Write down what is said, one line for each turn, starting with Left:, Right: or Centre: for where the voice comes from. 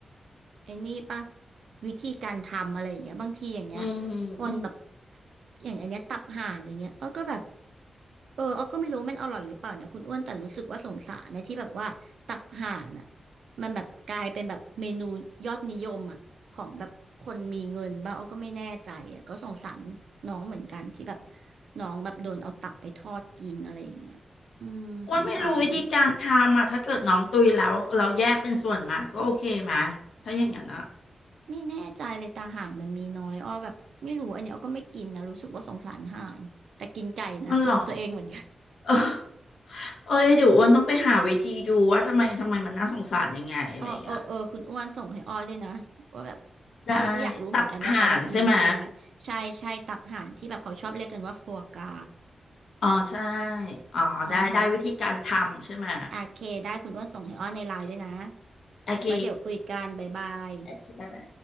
Right: ไอ้นี่ปะวิธีการทำอะไรอย่างเงี้ยบางทีอย่างเงี้ย
Left: อืม
Right: คนแบบอย่างอันเนี้ยตับห่านอย่างเงี้ยอ้อก็แบบเอออ้อก็ไม่รู้มันอร่อยหรือเปล่านะคุณอ้วนแต่รู้สึกว่าสงสารนะที่แบบว่าตับห่านอ่ะมันแบบกลายเป็นแบบเมนูยอดนิยมอ่ะของแบบคนมีเงินบ้างอ้อก็ไม่แน่ใจอ่ะก็สงสารน้องเหมือนกันที่แบบน้องแบบโดนเอาตับไปทอดกินอะไรอย่างเงี้ยอืมสงสาร
Left: อ้วนไม่รู้วิธีการทำอ่ะถ้าเกิดน้องตุยแล้วเราแยกเป็นส่วนมาก็โอเคไหมถ้าอย่างนั้นอ่ะ
Right: ไม่แน่ใจเลยตาห่างมันมีน้อยอ้อแบบไม่รู้อันนี้อ้อก็ไม่กินนะรู้สึกว่าสงสารห่านแต่กินไก่นะงงตัวเองเหมือนกัน
Left: อ๋อเหรอเออเอ้ยเดี๋ยวอ้วนต้องไปหาวิธีดูว่าทำไมทำไมมันน่าสงสารยังไงอะไรอย่างเงี้ย
Right: อ้อเออเออคุณอ้วนส่งให้อ้อด้วยนะว่าแบบ
Left: ได้
Right: อ้อก็อยากรู้เหมือนกันว่าเขาแบบมีวิธียังไงใช่ใช่ตับห่านที่แบบเขาชอบเรียกกันว่าฟัวกรา
Left: ตับห่านใช่ไหมอ๋อใช่อ๋อได้ได้วิธีการทำใช่ไหม
Right: อ๋อฮะโอเคได้คุณอ้วนส่งให้อ้อในไลน์ด้วยนะ
Left: โอเค
Right: ไว้เดี๋ยวคุยกันบ๊ายบาย
Left: โอเคบ๊ายบา